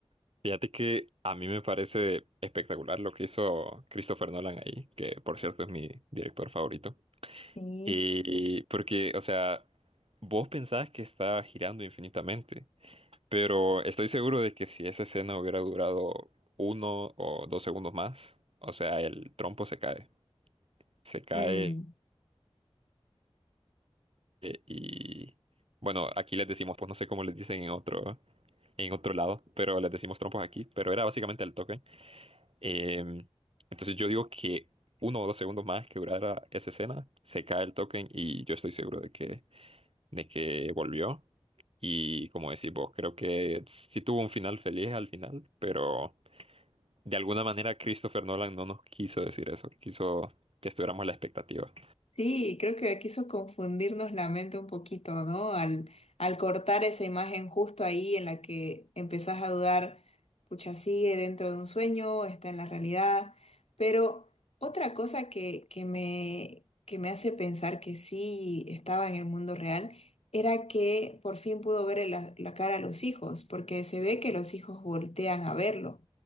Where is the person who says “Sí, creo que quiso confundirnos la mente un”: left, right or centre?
Left